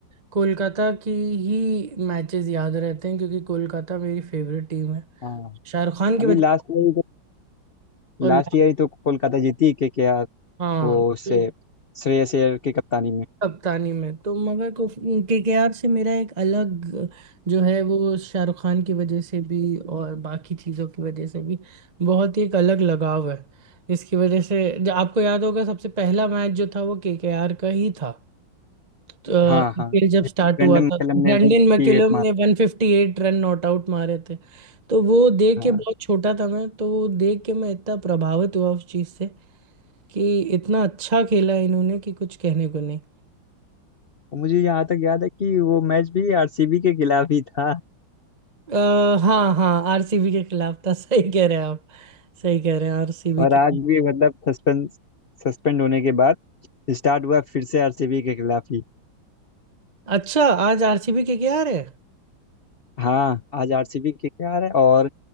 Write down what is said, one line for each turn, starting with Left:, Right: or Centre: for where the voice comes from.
Right: कोलकाता की ही मैचेस याद रहते हैं क्योंकि कोलकाता मेरी फेवरेट टीम है
Left: हाँ
Right: शाहरुख खान की
Left: अभी
Right: वजह
Left: लास्ट
Right: से
Left: ईयर ही तो
Right: और
Left: लास्ट
Right: लास्ट
Left: ईयर ही तो कोलकाता जीती के के आर
Right: हाँ
Left: वो उससे
Right: तो
Left: श्रेयस अय्यर की कप्तानी में
Right: कप्तानी में तो मगर केकेआर से मेरा एक अलग जो है वो शाहरुख खान की वजह से भी और बाकी चीज़ों की वजह से भी बहुत ही एक अलग लगाव है इसकी वजह से जो आपको याद होगा सबसे पहला मैच जो था वो केकेआर का ही था आईपीएल
Left: हाँ हाँ
Right: जब
Left: जिसमें
Right: स्टार्ट
Left: ब्रेंडन
Right: हुआ
Left: मैकलम
Right: था तो ब्रैंडन
Left: ने 158
Right: मैकुलम
Left: मारा
Right: ने 158 run not out मारे थे तो वो देख
Left: हाँ
Right: के बहुत छोटा था मैं तो वो देख के मैं इतना प्रभावित हुआ उस चीज़ से कि इतना अच्छा खेला इन्होंने कि कुछ कहने को नहीं
Left: मुझे यहाँ तक याद है कि वो मैच भी आरसीबी के खिलाफ ही था
Right: आ, हाँ हाँ आरसीबी के खिलाफ था <laughs> सही कह रहे हैं आप सही कह रहे हैं आरसीबी
Left: और आज
Right: के
Left: भी मतलब सस्पेंड सस्पेंड होने के बाद स्टार्ट हुआ फिर से आरसीबी के खिलाफ ही
Right: अच्छा आज आरसीबी के क्या है
Left: हाँ आज आरसीबी के केकेआर है और